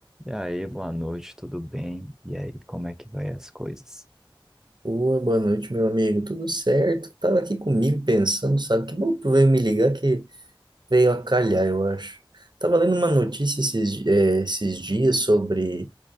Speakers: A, in the centre; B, on the right.
A: E aí, boa noite, tudo bem? E aí, como é que vai as coisas?
B: Oi, boa noite, meu amigo. Tudo certo? Tava aqui comigo pensando, sabe? Que bom que tu veio me ligar que veio a calhar, eu acho. Tava lendo uma notícia esses, di- eh, esses dias sobre